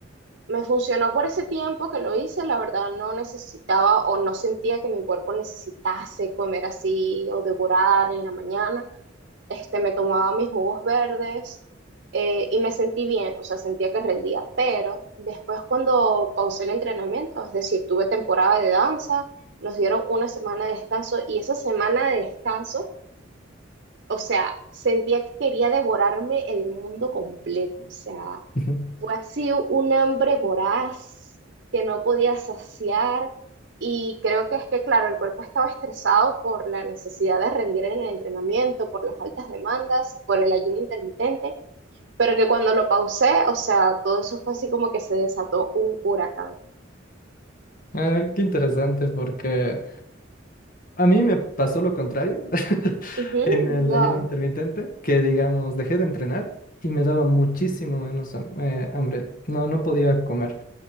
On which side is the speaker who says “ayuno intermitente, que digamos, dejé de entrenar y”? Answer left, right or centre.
Left